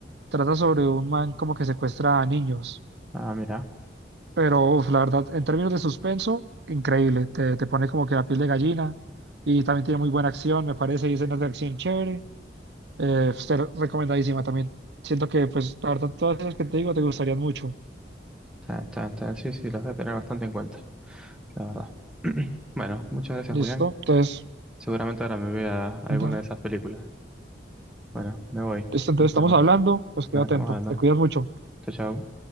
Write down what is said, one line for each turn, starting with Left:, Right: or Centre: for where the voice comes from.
Right: Trata sobre un man como que secuestra a niños.
Centre: Ah, mira.
Right: Pero uf, la verdad, en términos de suspenso, increíble. Te, te pone como que la piel de gallina y también tiene muy buena acción, me parece, y escenas de acción chévere. Eh, pues, te recomendadísima también. Siento que, pues, la verdad, todas las que te digo te gustarían mucho.
Centre: Está bien, está bien, está bien. Sí, sí, las voy a tener bastante en cuenta, la verdad. <clears throat> Bueno, muchas gracias,
Right: ¿Listo?
Centre: Julián.
Right: Entonces,
Centre: Seguramente ahora me vea alguna
Right: dale.
Centre: de esas películas. Bueno, me voy.
Right: Listo, entonces
Centre: Nos
Right: estamos
Centre: vemos.
Right: hablando, pues queda
Centre: Nos
Right: atento.
Centre: estamos hablando.
Right: Te cuidas mucho.
Centre: Chao, chao.